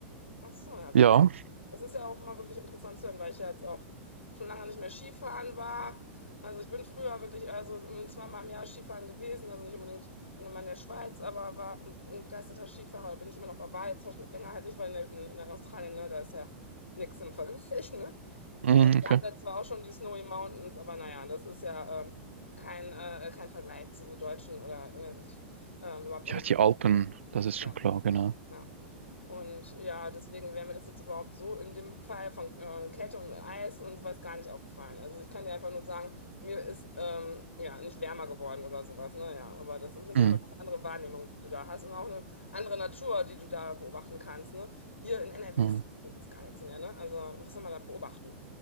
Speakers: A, on the left (about 85°); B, on the right (about 75°).
A: Ach so, ja, krass.
B: Ja,
A: Das ist ja auch immer wirklich interessant zu hören, weil ich ja jetzt auch schon lange nicht mehr Skifahren war. Also ich bin früher wirklich also zweimal im Jahr Skifahren gewesen, also nicht unbedingt dann immer in der Schweiz, aber war ein ein begeisterter Skifahrer, bin ich immer noch, aber war jetzt auch schon länger halt nicht, weil in, der, in in Australien, ne, da ist ja nichts im Vergleich, ne?
B: mhm,
A: Ja, wir
B: okay.
A: haben da zwar auch schon die Snowy Mountains, aber naja, das ist ja ähm, kein, äh, kein Vergleich zu so deutschen oder irgendwelchen ähm, überhaupt
B: Ja,
A: europäischen.
B: die Alpen, das ist
A: ja.
B: schon klar, genau.
A: Ja. Und ja, deswegen wäre mir das jetzt überhaupt so in dem Fall von äh, Kälte und Eis und weiß gar nicht aufgefallen. Also ich kann dir einfach nur sagen, mir ist ähm, ja nicht wärmer geworden oder sowas. Naja, aber das ist
B: Mhm.
A: ja nochmal eine andere Wahrnehmung, die du da hast und auch eine andere Natur, die du da beobachten kannst. Ne? Hier in NRW
B: mhm.
A: ist fast gar nichts mehr. Ne? Also was soll man da beobachten?